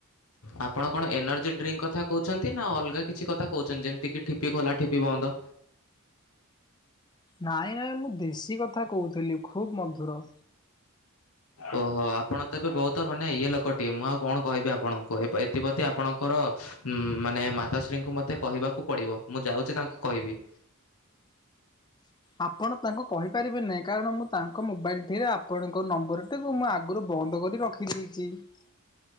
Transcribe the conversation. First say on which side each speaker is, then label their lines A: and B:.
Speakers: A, on the left (about 75°); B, on the left (about 20°).
A: ଆପଣ କଣ ଏନର୍ଜି ଡ୍ରିଙ୍କ କଥା କହୁଛନ୍ତି ନା ଅଲଗା କିଛି କଥା କହୁଛନ୍ତି ଯେମିତି କି ଠିପି ଖୋଲା ଠିପି ବନ୍ଦ।
B: ନାଇଁ ନାଇଁ ମୁଁ ଦେଶୀ କଥା କହୁଥିଲି ଖୁବ୍ ମଧୁର।
A: ଓହୋ ଆପଣ ତେବେ ବହୁତ ମାନେ ଇଏ ଲୋକଟିଏ ମୁଁ ଆଉ କଣ କହିବି ଆପଣଙ୍କୁ ଏଥିପ୍ରତି ଆପଣଙ୍କର ଉଁ ମାନେ ମାତାଶ୍ରୀଙ୍କୁ ମତେ କହିବାକୁ ପଡିବ ମୁଁ ଯାଉଚି ତାଙ୍କୁ କହିବି।
B: ଆପଣ ତାଙ୍କୁ କହିପାରିବେ ନାହିଁ କାରଣ ମୁଁ ତାଙ୍କ ମୋବାଇଲ ଟିରେ ଆପଣଙ୍କ ନମ୍ବରଟିକୁ ମୁଁ ଆଗରୁ ବନ୍ଦ କରି ର <unintelligible>